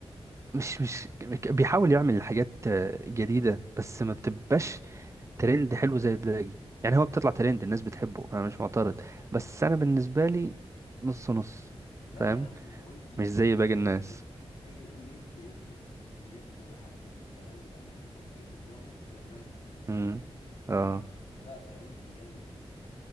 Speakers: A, on the right; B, on the left.
A: مش مش بيحاول يعمل حاجات آه، جديده بس ما بتبقاش ترند حلو زي البلاجي يعني هو بتطلع ترند الناس بتحبه انا مش معترض بس انا بالنسبه لي نص نص
B: لا
A: فاهم
B: يا عم ويجز في
A: مش زي
B: اي
A: باقي
B: لون
A: الناس
B: ليه في اي لون ليه بيبدع بيبدع وحتى في الكلام لما بيحط اي في دماغه بيعملها
A: امم
B: فاهم
A: اه
B: لا آه، ويجز جامد